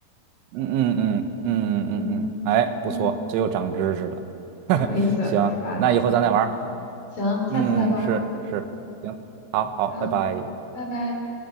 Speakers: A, on the right; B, on the left.
A: 嗯嗯嗯嗯嗯嗯嗯，
B: 嗯
A: 哎，不错，
B: 嗯，
A: 这又长知识了。
B: 挺有意思，
A: <laughs> 行，
B: 是吧？
A: 那以后咱再玩儿
B: 行，下次再玩儿
A: 嗯，是是，行，好好，
B: 好，
A: 拜拜。
B: 拜拜。